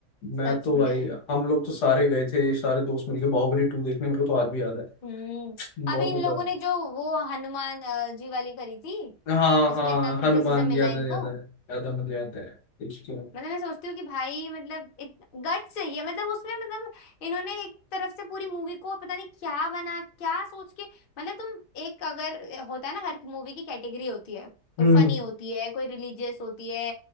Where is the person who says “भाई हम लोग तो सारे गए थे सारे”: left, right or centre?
Left